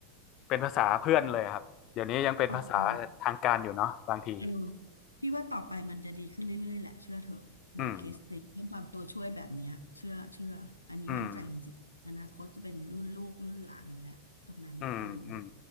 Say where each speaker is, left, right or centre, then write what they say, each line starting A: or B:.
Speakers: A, on the left; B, on the left.
A: เป็นภาษาเพื่อนเลยครับเดี๋ยวนี้ยังเป็นภาษาทางการอยู่เนาะบางที
B: ตอบไป เออพี่ว่าต่อไปมันจะดีขึ้นเรื่อยๆแหละเชื่อเถอะในเคสติเรื่องความตัวช่วยแบบเนี้ยเชื่อเชื่ออันนี้มั่นใจจริงๆอนาคตจะเป็นรุ่นลูกรุ่นหลานเราแหละตรงนั้นค่อยดูเหอะ
A: อืมอืมอืมอืม